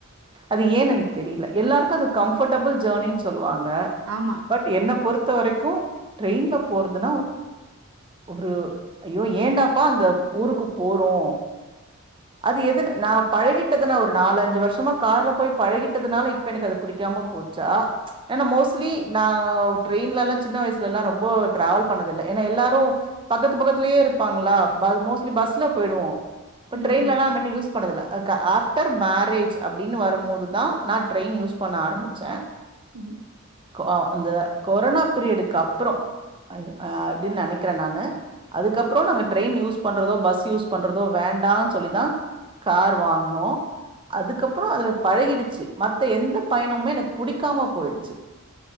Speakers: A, on the right (about 25°); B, on the right (about 85°).
A: அது ஏன் எனக்கு தெரியல எல்லாருக்கும் அது கம்ஃபர்டபுள் ஜேர்னினு சொல் வாங்க
B: ஆமா.
A: பட் என்ன பொறுத்த வரைக்கும் ட்ரெயின்ல போறதுன்னா ஒரு ஐயோ ஏண்டாப்பா அந்த ஊருக்கு போறோ அது எதுன நான் பழகிட்டதுனா ஒரு நாலு அஞ்சு வருஷமா கார்ல போய் பழகிட்டதுனால இப்ப எனக்கு அத பிடிக் காம போச்சா ஏனா மோஸ்ட்லி நா ட்ரெயின்லல்லா சின்ன வயசுல எல்லாம் ரொம்பொ டிராவல் பண்ணதில்ல ஏன்னா எல்லாரும் பக்கத்து பக்கத்துலயே இருப்பாங்களா ப மோஸ்ட்லி பஸ்ல போயிடுவோம் பட்
B: ம்,
A: ட்ரெயின்லலா
B: ம்.
A: அம்மனி யூஸ் பண்ணதுல்ல அக்கா ஆஃப்டர் மேரேஜ் அப்படின்னு வரும்போதுதா நா ட்ரெயின் யூஸ் பண்ண ஆரம்பிச்சேன்
B: ம்
A: கோ இந்த கொரோனா பீரியடுக்கு அப்புறம் அது அ அப்படின்னு நினைக்கிறேன் நானு அதுக்கப்புறம் நாங்க ட்ரெயின் யூஸ் பண்றதோ பஸ் யூஸ் பண்றதோ வேண்டானு சொல்லிதா கார் வாங்குனோம் அது அதுக்கப்புறம் அதுல பழகிடுச்சு மத்த எந்த பயணமுமே எனக்கு பிடிக்காம போயிடுச்சு